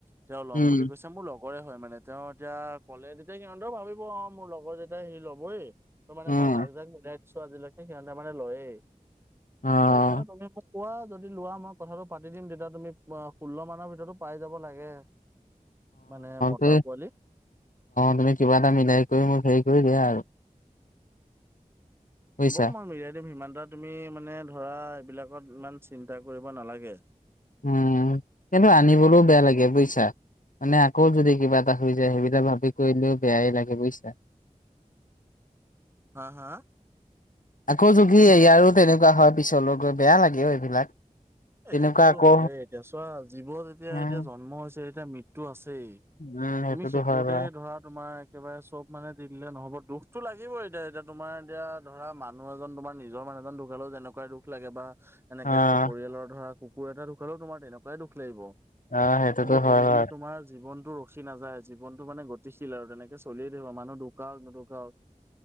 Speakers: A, on the right; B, on the left.
A: তেওঁ ল'ম
B: উম,
A: বুলি কৈছে মোৰ লগ গৰে হয় মানে তেওঁ এতিয়া কলে তেতিয়া সিহঁতেৰ ভাবিব অ মোৰ লগৰ যেতিয়া হেৰি লবই। ত মানে
B: অ',
A: মই যাক যাক মিলাই দিছো আজিলৈকে সিহঁতে মানে লয়েই
B: অ',
A: ত সেইকাৰণে তমি মোক কোৱা যদি লোৱা মই কথাটো পাতি দিম তেতিয়া তুমি ষোল্ল মানৰ ভিতৰতো পাই যাব লাগে। মানে
B: অ
A: পোৱালি
B: তুমি কিবা এটা মিলাই কৰি মোক হেৰি কৰি দিয়া আৰু। বুজিছা।
A: হ'ব মই মিলাই দিম সিমান দাদা তুমি মানে ধৰা এইবিলাকত ইমান চিন্তা কৰিব নালাগে।
B: উম কিন্তু আনিবলৈও বেয়া লাগে বুজিছা। মানে আকৌ যদি কিবা এটা হৈ যায় সেইবিলাক ভাবি কৰিলেও বেয়াই লাগে বুজিছা।
A: হা হা
B: আকৌ যদি এইয়াৰো তেনেকোৱা হয় পিছলৈ গৈ বেয়া লাগে অও এইবিলাক।
A: এ
B: তেনেকুৱা
A: সেইটোতো
B: আকৌ
A: হয়ে এতিয়া চোৱা জীৱ যেতিয়া
B: উম,
A: এতিয়া জন্ম হৈছে এতিয়া মৃত্যু আছে দেই
B: উম, সেইটোতো
A: তুমি সেইটোতে
B: হয় বাৰু
A: ধৰা তোমাৰ একেবাৰে চব মানে দি দিলে নহ'ব দুখতো লাগিব এতিয়া এতিয়া তোমাৰ এতিয়া ধৰা মানুহ এজন তোমাৰ নিজৰ মানুহ মানুহ এজন ঢুকালে যেনেুৱা দুখ লাগে বা এনেকে
B: অ',
A: পৰিয়ালৰ ধৰা কুকুৰ এটা ঢ়োকালেও তোমাৰ তেনেকুৱাই দুখ লাগিব।
B: অ', সেইটোতো
A: কিন্তু হ'ল
B: হয়
A: বুলি
B: বাৰু।
A: তোমাৰ জীৱন টো ৰখি নাযায়, জীৱনতো মানে গতিহিল আৰু তেনেকে চলিয়ে থাকিব মানুহ ঢুকাওক নুঢুকাওক।